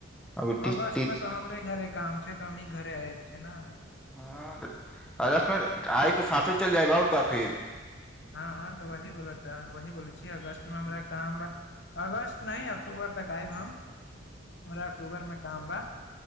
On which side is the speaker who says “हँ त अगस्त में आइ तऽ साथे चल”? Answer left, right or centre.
Centre